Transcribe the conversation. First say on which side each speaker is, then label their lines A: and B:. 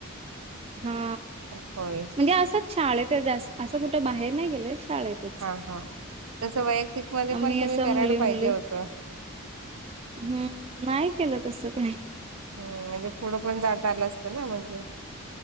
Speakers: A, on the right (about 30°); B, on the right (about 80°).
A: हा
B: होय.
A: म्हणजे असंच शाळेत जास् असं कुठं बाहेर नाय गेलं शाळेतच
B: हा हा तसं वैयक्तिक मध्ये
A: आम्ही
B: पण
A: असं
B: तुम्ही करायला
A: मुली मुली
B: पाहिजे होत.
A: हम्म नाय केलं तस काय
B: हो म्हणजे पुढं पण जाता आलं असतं ना म्हणजे